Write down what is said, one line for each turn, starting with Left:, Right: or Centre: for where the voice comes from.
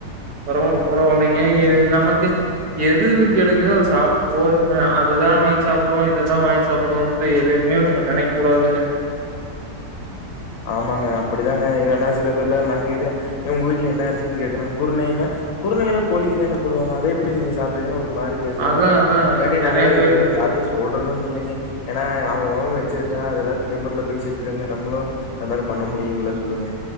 Right: பரவால்ல பரவால்லைங்க ஏ நமக்கு எதேது கெடைக்குதோ அத சாப் போறுங்க அதுதா வாங்கி சாப்புடுவோ இதுதா வாங்கி சாப்புடுவோங் ட்டு எதவுமே நம்ப நெனைக்க கூடாதுங்க
Left: ஆமாங்க அப்படிதாங்க ஏன்னா சில பேர்ல என்ன கேக்குறே உங்க வீட்ல என்ன அரிசின்னு கேக்குறாங்க குருனைன்னா குருனையெல்லா கோழிக்கி தான போடுவாங்க அத எப்பிடி நீங்க சாப்புரிங்க ஒரு மாரி பேசுறாங்க
Right: அதா அதா
Left: அதங்காட்டி
Right: நெறைய
Left: நாங்களா
Right: பேர்
Left: எதுமு யாரட்டையு சொல்றதுமில்லைங்க ஏன்னா அவ அவ வச்சிருக்கா அதெல்லா திமிர்ல பேசிட்டுருக்காங்க நம்மளு அது மாதிரி பண்ண முடியுங்களா சொல்லுங்க